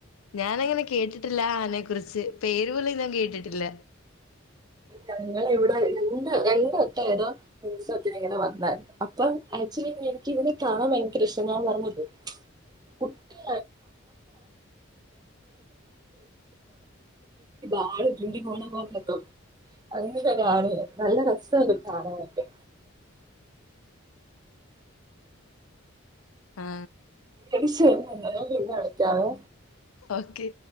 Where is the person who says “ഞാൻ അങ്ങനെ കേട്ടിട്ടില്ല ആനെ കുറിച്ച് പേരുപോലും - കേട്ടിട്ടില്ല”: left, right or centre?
Left